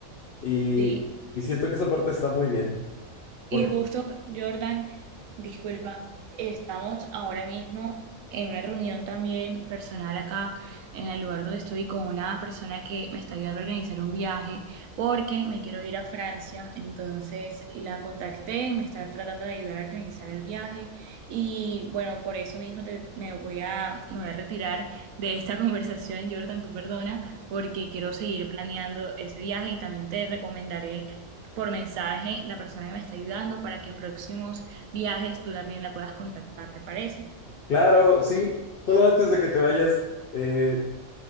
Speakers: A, on the left (about 60°); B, on the right (about 75°).
A: y,
B: Sí,
A: y siento que esa parte está muy bien. porque-
B: Y justo, Jordan, disculpa, estamos ahora mismo en una reunión también personal acá en el lugar donde estoy con una persona que me está ayudando a organizar un viaje porque me quiero ir a Francia. Entonces la contacté me está tratando de ayudar a organizar el viaje. Y bueno, por eso mismo te- me voy a, me voy a retirar de esta <laughs> conversación, Jordan, tú perdona, porque quiero seguir planeando ese viaje y también te recomendaré por mensaje la persona que me está ayudando para que en próximos viajes tú también la puedas contactar, ¿te parece?
A: Claro, sí. Solo antes de que te vayas, eh,